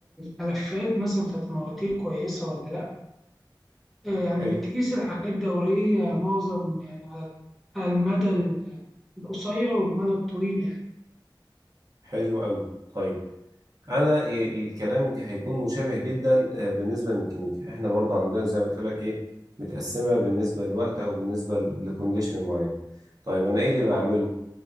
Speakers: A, in the centre; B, on the right.
A: الملفات مثلا بتاعت المواتير كويسة ولا لأ يعني
B: حلو
A: بتقيس الحاجات دورية معظم يعني على على المدى القصير والمدى الطويل يعني.
B: حلو أوي طيب انا إيه الكلام ك- هيكون مشابه جدا آه، بالنسبه للميكانيكا احنا برضه عندنا زي ما قلت لك ايه متقسمه بالنسبه للوقت او بالنسبه لكونديشن معين طيب انا ايه اللي بعمله